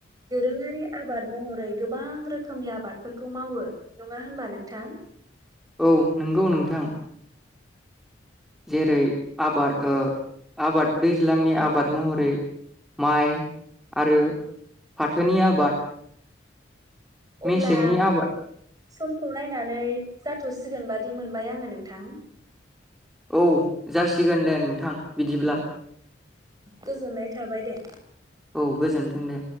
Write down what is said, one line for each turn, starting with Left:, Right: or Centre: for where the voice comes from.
Right: दोरोङारि आबाद महरै गोबां रोखोमनि आबादफोरखौ मावो नङा होनबा नोंथां
Centre: औ नंगौ नोंथां जेरै आबाद ओ आबाद दैज्लांनि आबाद महरै माइ आरो फाथोनि आबाद
Right: अब्ला
Centre: मेसेंनि आबाद
Right: समखौ नायनानै जाथसिगोन बादि मोनबाय आङो नोंथां।
Centre: औ जासिगोन दे नोंथां बिदिब्ला।
Right: गोजोननाय थाबाय दे।
Centre: औ गोजोन्थों दे।